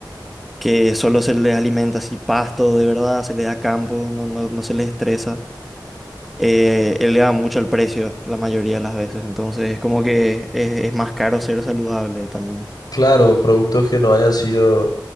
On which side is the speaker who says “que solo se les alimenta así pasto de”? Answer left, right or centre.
Centre